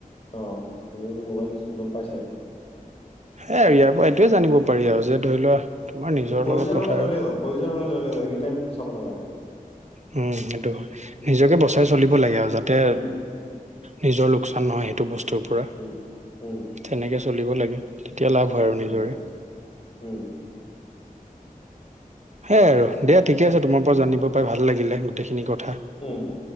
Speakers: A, on the left (about 40°); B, on the right (about 50°).
A: অ', তুমিটো মোবাইলটো গম পাইছাই।
B: সেই ইয়াৰ পৰা এইটোয়ে জানিব পাৰি আৰু যে ধৰি লোৱা তোমাৰ নিজৰ
A: যে প্ৰয়োজন
B: লগত কথা
A: হলে
B: আৰু।
A: ল'লেই হ'ল প্ৰয়োজন হলে ল'লেই হ'ল এনি টাইমটো চাব নালাগে আৰু।
B: উম, সেইটো হয় নিজকে বচাই চলিব লাগে আৰু যাতে
A: উম
B: নিজৰ লোকচান নহয় সেইটো বস্তুৰ পৰা
A: উম উম
B: তেনেকে চলিব লাগে। তেতিয়া লাভ হয় আৰু
A: উম
B: নিজৰে।
A: উম
B: সেইয় আৰু দে ঠিকে আছে তোমাৰ পৰা জানিব পাই ভাল লাগিলে গোটেইখিনি কথা।
A: উম।